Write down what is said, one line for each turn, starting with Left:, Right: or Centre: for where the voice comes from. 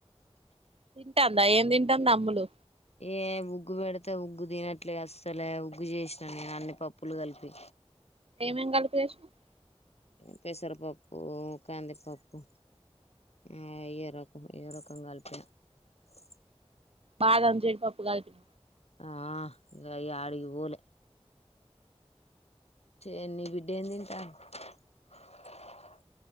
Right: తింటాందా, ఏం తింటాంది అమ్ములు.
Left: ఏ ఉగ్గు పెడితే ఉగ్గు తినట్లే అస్సలే ఉగ్గు చేసినాను నేను అన్ని పప్పులు కలిపి.
Right: ఏమేం కలిపి చేసినవ్
Left: పెసరపప్పు, కందిపప్పు ఆ ఏరక్ ఎరక్ కంగల్పుర <unintelligible>
Right: బాదం జీడిపప్పు గలిపిన
Left: ఆ ఇంగా యాడికి పోలే చే నీ బిడ్డ ఏ తింటా <unintelligible>